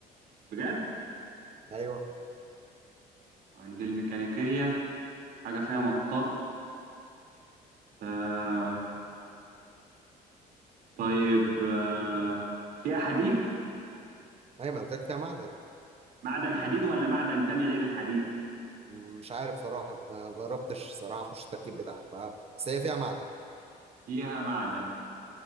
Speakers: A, on the right; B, on the right.
A: بجد
B: ايوه
A: عند الميكانيكية حاجة فيها مطاط آه طيب آه فيها حديد
B: ايوه ما أنا قلت لك فيها معدن
A: معدن حديد ولا معدن تاني غير الحديد
B: مم، مش عارف صراحة ما جربتش صراحة اخش التركيب بتاعها ف- بس هي فيها معدن
A: فيها معدن